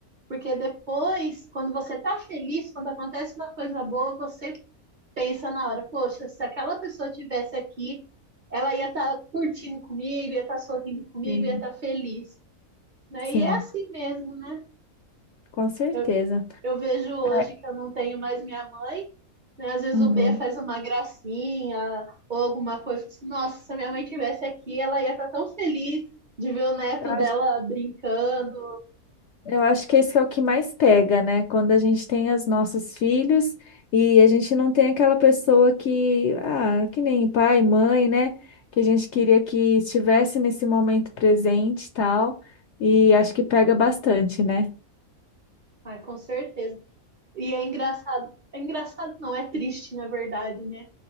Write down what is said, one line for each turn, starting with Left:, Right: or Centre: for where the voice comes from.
Right: Porque depois, quando você tá feliz, quando acontece uma coisa boa, você pensa na hora, poxa, se aquela pessoa estivesse aqui, ela ia estar tá curtindo comigo, ia estar tá sorrindo comigo,
Left: Sim.
Right: ia estar tá feliz. Né?
Left: Sim,
Right: E é assim mesmo, né?
Left: com certeza.
Right: Eu, Eu vejo hoje
Left: É.
Right: que eu não tenho mais minha mãe, né? Às vezes
Left: Uhum.
Right: o B faz uma gracinha ou alguma coisa, assim, nossa, se a minha mãe tivesse aqui, ela ia estar tão feliz de ver o neto
Left: Eu acho
Right: dela brincando.
Left: Eu acho que isso é o que mais pega, né? Quando a gente tem os nossos filhos e a gente não tem aquela pessoa que, ah, que nem pai, mãe, né? Que a gente queria que estivesse nesse momento presente e tal. E acho que pega bastante, né?
Right: Ah, com certeza. E é engraçado, é engraçado não, é triste, na verdade, né?